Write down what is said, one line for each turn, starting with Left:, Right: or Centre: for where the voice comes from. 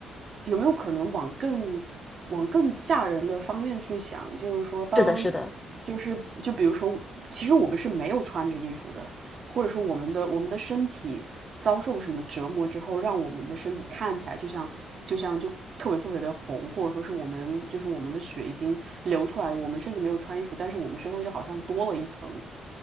Right: 有没有可能往更往更吓人的方面去想？就是说当，
Left: 是的，是的，
Right: 就是就比如说，其实我们是没有穿着衣服的，或者说我们的我们的身体遭受什么折磨之后，让我们的身体看起来就像就像就特别特别的红，或者说是我们就是我们的血已经流出来了，我们甚至没有穿衣服，但是我们身上就好像多了一层